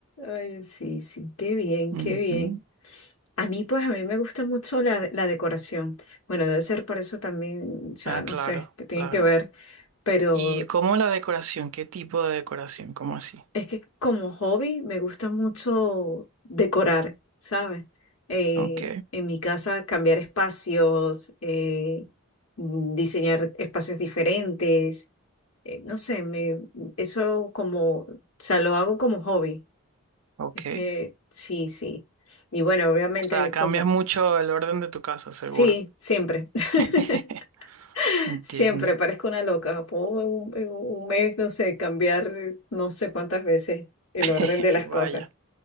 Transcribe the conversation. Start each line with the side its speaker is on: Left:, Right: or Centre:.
Left: Ay, sí, sí, qué bien,
Right: Ujú.
Left: qué bien. A mí, pues, a mí me gusta mucho la, la decoración. Bueno, debe ser por eso también, o sea,
Right: Ah,
Left: no
Right: claro,
Left: sé, que tiene
Right: claro.
Left: que ver, pero
Right: ¿Y cómo la decoración? ¿Qué tipo de decoración? ¿Cómo así?
Left: Es que como hobby me gusta mucho decorar, ¿sabes? Eh,
Right: Ok,
Left: en mi casa cambiar espacios, eh, mm, diseñar espacios diferentes, eh, no sé, me, eso como, o sea, lo hago como hobby.
Right: ok.
Left: Es que sí, sí. Y bueno, obviamente
Right: O sea, cambias
Left: como,
Right: mucho el orden de tu casa, seguro.
Left: sí, siempre, <laughs>
Right: <laughs> Entiendo.
Left: siempre parezco una loca. Puedo en un en un mes, no sé, cambiar eh, no sé cuántas veces el
Right: <laughs>
Left: orden de las
Right: Vaya,
Left: cosas.